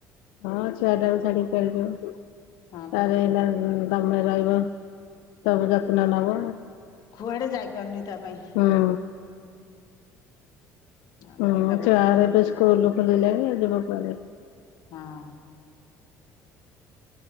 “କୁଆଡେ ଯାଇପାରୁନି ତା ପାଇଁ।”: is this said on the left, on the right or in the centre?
Left